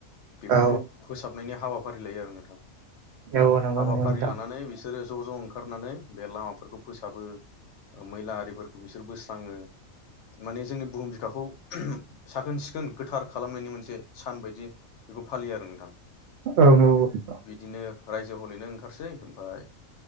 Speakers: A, on the left; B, on the right.
A: बेफोरखौ
B: औ
A: फोसाबनायनि हावा फारि लायो आरो नोंथां
B: औ नंगौ
A: हाबाफारि
B: नंगौ नोंथां
A: लानानै बिसोरो ज' ज' ओंखारनानै बे लामाफोरखौ फोसाबो मैला आरिफोरखौ बिसोर बोस्राङो माने जोंनि बुहुम बिखाखौ <unintelligible> साखोन सिखोन गोथार खालामनायनि मोनसे सान बायदि बेखौ फालियो आरो नोंथां।
B: औ न <unintelligible>
A: बिदिनो रायजो हलेनो ओंखारसै ओमफफ्राय